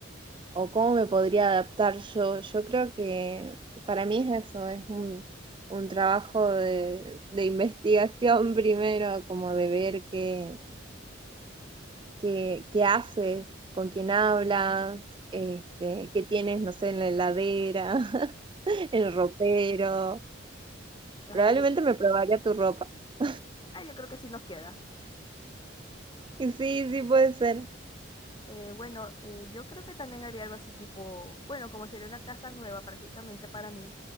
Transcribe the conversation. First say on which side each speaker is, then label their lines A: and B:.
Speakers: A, on the right; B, on the left.
A: o cómo me podría adaptar yo. Yo creo que para mí es eso, es un, un trabajo de, de investigación
B: <laughs>
A: <laughs> primero,
B: los
A: como de ver qué, qué, qué haces, con quién hablas, este, qué tienes, no sé, en la heladera, <laughs> en el ropero.
B: averiguo
A: Probablemente me probaría tu ropa. <laughs>
B: ah, yo creo que sí nos queda.
A: Y Sí, sí puede ser.
B: Eh, bueno, eh, yo creo que también haría algo así tipo, bueno, como sería una casa nueva prácticamente para mí